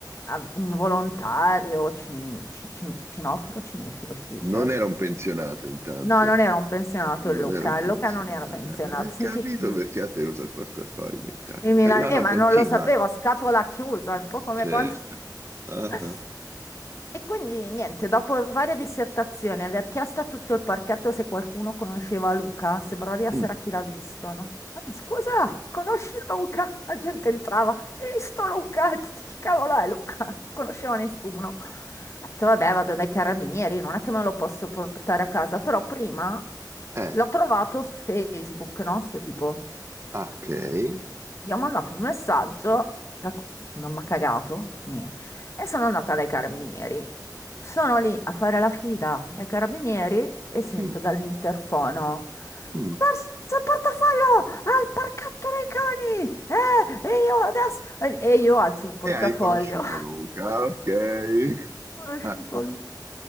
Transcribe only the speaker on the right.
Non era un pensionato intanto,
non
era un
pensionato.
Eh, Hai
capito
perché ha tenuto il portafoglio intanto?
Eh, no, no,
continua.
Certo.
Ah, ah.
Mm.
Eh,
ok.
Mm,
mm.
E hai conosciuto
Luca, ok. <laughs>
Ah, ah.